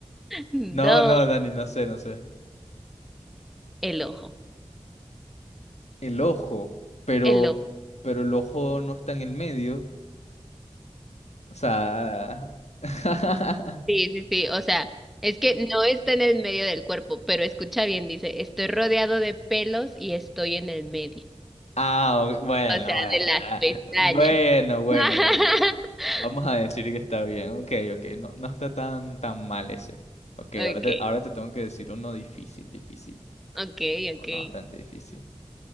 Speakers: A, in the centre; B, on the left.
A: dos.
B: No, no, Dani, no sé, no sé.
A: El ojo,
B: El ojo, pero,
A: el ojo.
B: pero el ojo no está en el medio. O sea. <laughs>
A: Sí, sí, sí. O sea, es que no está en el medio del cuerpo, pero escucha bien, dice, estoy rodeado de pelos y estoy en el medio.
B: Ah, ok, bueno,
A: O sea,
B: bueno.
A: de las pestañas.
B: Bueno, bueno,
A: <laughs>
B: bueno. Vamos a decir que está bien. Ok, ok. No, no está tan, tan mal ese. Ok,
A: Ok.
B: ahora te, ahora te tengo que decir uno difícil, difícil.
A: Okay,
B: O
A: okay.
B: no, bastante difícil.